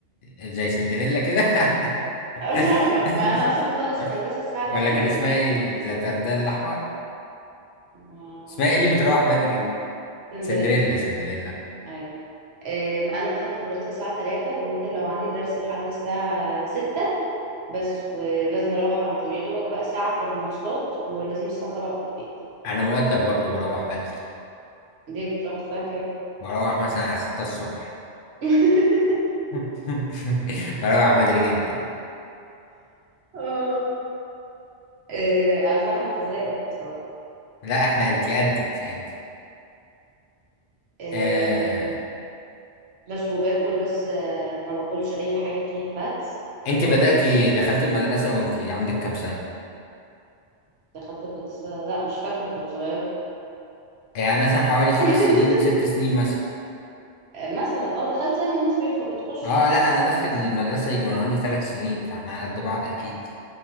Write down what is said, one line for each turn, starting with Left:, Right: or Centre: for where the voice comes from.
Left: ال... زي سندريلا كده
Right: <laughs>
Left: <laughs>
Right: ما ما انا اصلا بخلص المدرسة الساعة 2
Left: ولا كان اسمها ايه ذات الرداء الاحمر
Right: ما-
Left: اسمها ايه اللي بتروح بدري
Right: سندريلا
Left: سندريلا سندريلا
Right: ايوه آه، ما انا بخلص مدرسة الساعة 3 وممكن لو عندي درس لحد الساعة 6 بس ولازم اروح على طول يا دوبك بقى ساعة في المواصلات ولازم الساعة 7 أبقى في البيت
Left: انا مؤدب برضو بروح بدري
Right: ليه بتروح الساعة كام؟
Left: بروح مثلا على ستة الصبح
Right: <laughs>
Left: <laughs> بروح بدري جدا
Right: اه آه، انا مش عارفة انت ازاي قد إيه بصراحة
Left: لا احنا انتي قد انتي قد
Right: آه،
Left: آه...
Right: بس وباكل بس آه، ما باكلش اي حاجه فيها فاتس
Left: انتي
Right: باكل
Left: بدأتي
Right: بس حاجات
Left: دخلتي المدرسة وانتي عندك كام سنة
Right: دخلت المدرسه لا مش فاكره كنت صغيره
Left: يعني مثلا حوالي خمس
Right: <laughs>
Left: سنين ست سنين مثلا
Right: آه، مثلا اه دخلت زي ما الناس بيخ- بتخش
Left: اه لا انا داخل المدرسة يجي وانا عندي ثلاث سنين فاحنا قد بعض اكيد